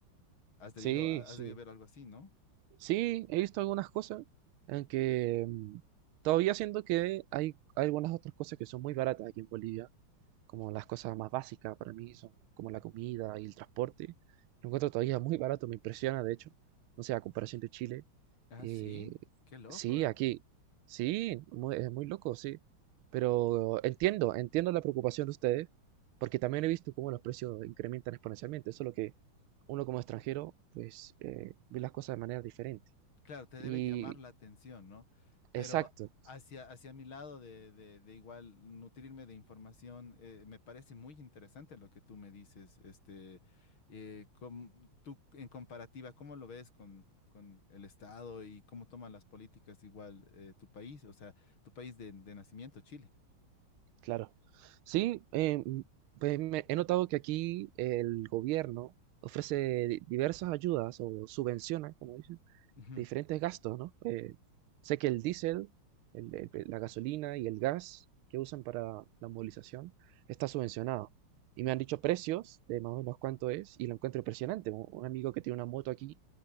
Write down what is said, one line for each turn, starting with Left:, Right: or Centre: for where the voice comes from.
Left: Has debido,
Right: sí,
Left: has
Right: sí.
Left: debido ver algo así, ¿no?
Right: Sí, he visto algunas cosas, aunque mm, todavía siento que hay, hay algunas otras cosas que son muy baratas aquí en Bolivia como las cosas más básicas para mí son como la comida y el transporte. Lo encuentro todavía muy barato, me impresiona de hecho. No sé, a comparación de Chile.
Left: Ah,
Right: eh,
Left: sí, qué loco.
Right: sí, aquí. Sí, muy- es muy loco, sí. Pero entiendo, entiendo la preocupación de ustedes, porque también he visto cómo los precios incrementan exponencialmente. Solo que uno como extranjero, pues, eh, ve las cosas de manera diferente.
Left: Claro, te debe
Right: Y
Left: llamar la atención, ¿no? Pero
Right: exacto,
Left: hacia, hacia mi lado de, de- de igual nutrirme de información, eh, me parece muy interesante lo que tú me dices, este, eh, com- tú en comparativa, ¿cómo lo ves con, con el Estado y cómo toman las políticas igual eh, tu país, o sea, tu país de, de nacimiento, Chile?
Right: Claro. Sí, eh, pues me- he notado que aquí el gobierno ofrece di- diversas ayudas o subvenciona, como dicen,
Left: Ujú.
Right: diferentes gastos, ¿no? Eh, sé que el diésel, el- el- la gasolina y el gas que usan para la movilización está subvencionado. Y me han dicho precios de más o menos cuánto es y lo encuentro impresionante. Un, un amigo que tiene una moto aquí